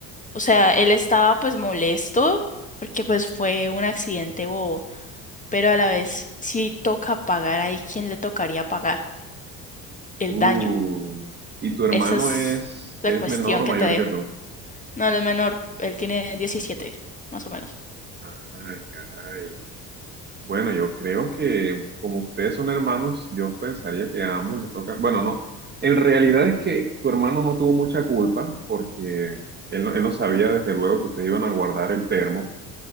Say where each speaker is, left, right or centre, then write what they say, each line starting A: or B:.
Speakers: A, on the left (about 15°); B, on the right (about 20°).
A: o sea, él estaba pues molesto, porque pues fue un accidente bobo pero a la vez, si toca pagar ahí, ¿quién le tocaría pagar el
B: Uh,
A: daño?
B: ¿y tu hermano
A: Esa es
B: es,
A: la
B: es
A: cuestión
B: menor o
A: que
B: mayor
A: te dejo.
B: que tú?
A: No, él es menor, él tiene 17, más o menos.
B: Ay, caray. Bueno, yo creo que como ustedes son hermanos, yo pensaría que a ambos les toca. Bueno, no. En realidad es que tu hermano no tuvo mucha culpa porque él, no- él no sabía desde luego que ustedes iban a guardar el termo.